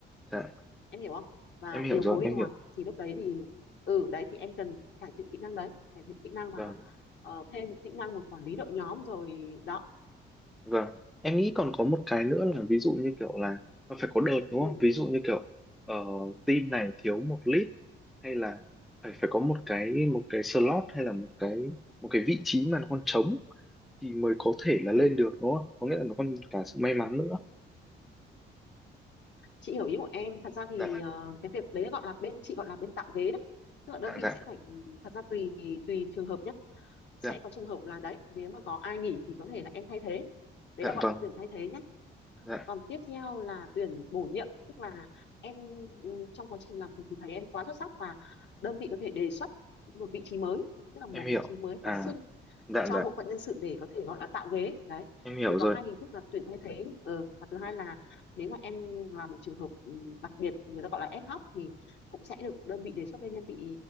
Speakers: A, in the centre; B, on the left.
A: dạ vâng dạ
B: em hiểu không và
A: em hiểu
B: điều
A: rồi
B: phối
A: em
B: linh hoạt
A: hiểu
B: thì lúc đấy thì ừ đấy thì em cần cải thiện kỹ năng đấy cải thiện kỹ năng mà
A: vâng
B: ờ, thêm kỹ năng mà quản lý đội nhóm rồi đó
A: Vâng, em nghĩ còn có một cái nữa là ví dụ như kiểu là nó phải có đợt đúng
B: ừ,
A: không? Ví dụ như kiểu ờ, team này thiếu một lead hay là phải phải có một cái một cái slot hay là một cái một cái vị trí mà nó còn trống thì mới có thể là lên
B: ừ.
A: được đúng không? Có nghĩa là nó còn cả sự may mắn nữa.
B: chị hiểu ý của em thật ra thì
A: Dạ,
B: ờ, cái việc đấy gọi là bên chị gọi là bên tạo ghế đấy tức là đơn
A: dạ,
B: vị
A: dạ,
B: sẽ phải ừm, thật ra tùy tùy trường hợp nhé sẽ
A: dạ,
B: có trường hợp là đấy nếu mà có ai nghỉ thì có thể là em thay thế đấy
A: dạ
B: là gọi
A: vâng,
B: là tuyển thay thế nhé
A: dạ,
B: còn tiếp theo là tuyển bổ nhiệm tức là em ừm, trong quá trình làm việc thì thấy em quá xuất sắc và đơn vị có thể đề xuất một vị trí mới tức là một
A: em hiểu.
B: vị trí mới
A: À,
B: phát sinh
A: dạ,
B: cho
A: dạ,
B: bộ phận nhân sự để có thể gọi là tạo ghế đấy
A: em hiểu
B: thì có
A: rồi.
B: hai hình thức là tuyển thay thế ừ. và thứ hai là nếu mà em là một trường hợp ừ, đặc biệt người ta gọi là ad hoc thì cũng sẽ được đơn vị đề xuất lên nhân vị